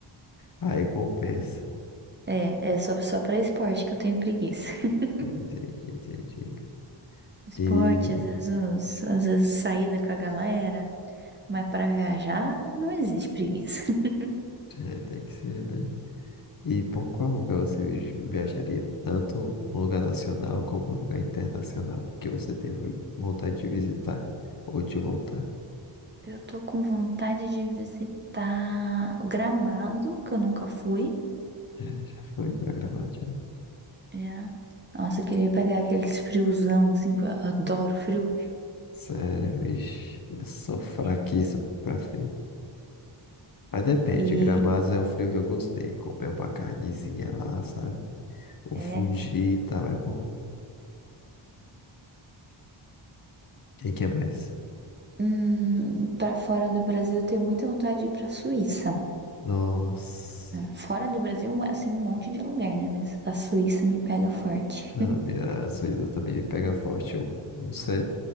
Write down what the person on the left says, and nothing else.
aí compensa.
É, entendi, entendi.
E
é, tem que ser, né? E por qual lugar você vi- viajaria? Tanto um lugar nacional como um lugar internacional que você tem vontade de visitar ou de voltar?
É, já foi pra gramado já.
Sério, ixi, eu sou fraquíssimo
pra frio. Mas depende,
Gramados é um frio que eu gostei. Comer uma carnezinha lá, sabe? O
fundi e tal, é bom. E O que é mais?
Nossa.
Não, minha Suíça também pega forte. Eu, não sei.